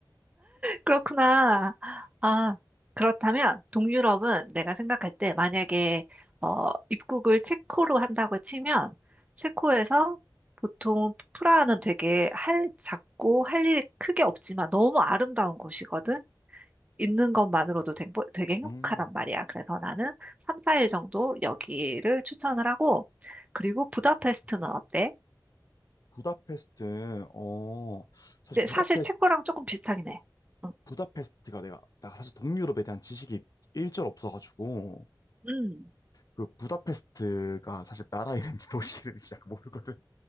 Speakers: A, on the right; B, on the left.
A: 그렇구나. 아, 그렇다면 동유럽은 내가 생각할 때 만약에 어, 입국을 체코로 한다고 치면 체코에서 보통 프라하는 되게 할 작고 할 일이 크게 없지만 너무 아름다운 곳이거든. 있는 것만으로도 되- 되게 행복하단
B: 음,
A: 말이야. 그래서 나는 3, 4일 정도 여기를 추천을 하고 그리고 부다페스트는 어때?
B: 부다페스트, 어, 사실
A: 근데
B: 부다페스트,
A: 사실 체코랑 조금 비슷하긴 해. 응.
B: 부다페스트가 내가, 나 사실 동유럽에 대한 지식이 일절 없어가지고,
A: 음.
B: 그 부다페스트가 사실 나라 이름인지 도시 이름인지 잘 모르거든.